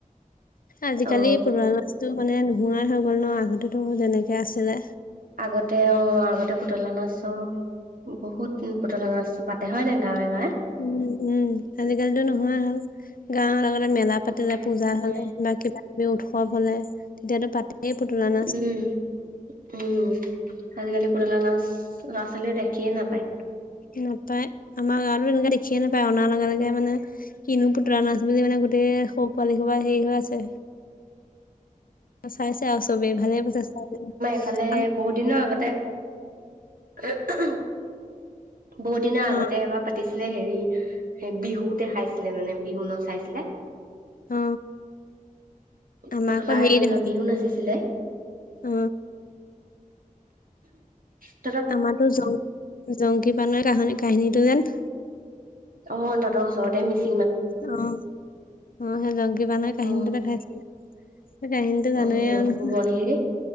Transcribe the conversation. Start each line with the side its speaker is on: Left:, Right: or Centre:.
Left: আজিকালি
Right: অ
Left: পুতলা নাচটো মানে নোহোৱাই হৈ গ'ল ন, আগতেতো যেনেকে আছিলে।
Right: আগতে অঁ আগতে পুতলা নাচ চাওঁ। বহুত পুতলা নাচটো পাতে হয় নাই গাঁৱে-গাঁৱে?
Left: উম-উম, আজিকালিটো নহোৱাই হ'ল। গাঁৱত আগতে মেলা পাতে
Right: আজিকালি
Left: যে পূজা
Right: নহয়
Left: হ'লে বা কিবাকিবি উৎসৱ হ'লে তেতিয়াতো পাতেই পুতলা না
Right: উম! উম! আজিকালি পুতলা নাচ ল'ৰা-ছোৱালীয়ে দেখিয়ে নাপায়।
Left: নাপায়। আমাৰ গাঁৱতো তেনেকে দেখিয়ে নাপায়, অনাৰ লগে-লগে মানে কিনো পুতলা নাচ বুলি মানে গোটেই সৰু পোৱালি সোপা হেৰি হৈ আছে চাইছে আৰু চবেই ভালে পাইছে চাই।
Right: ইফালে
Left: আম
Right: বহুত দিনৰ আগতে <unintelligible> বহুত দিনৰ
Left: অ
Right: আগতে এবাৰ পাত পাতিছিলে হেৰি সেই বিহু দেখাইছিলে মানে বিহু নচাইছিলে।
Left: অ আমাৰ
Right: পুতলাই
Left: আকৌ হেৰি
Right: যেনিবা
Left: দেখা যায়।
Right: বিহু নাচিছি ছিলে।
Left: অ
Right: <inaudible>
Left: আমাৰটো জং-জংকী পানৈৰ কাহিনী কাহিনীটো যেন
Right: অ! তহঁতৰ ওচৰতে মিছ
Left: অঁ! অঁ সেই জংকী পানৈৰ কাহিনীটো
Right: অ
Left: দেখাইছি সেই কাহিনীতো জান‌ই
Right: অ
Left: আৰু নহয়।
Right: সোৱণশিৰি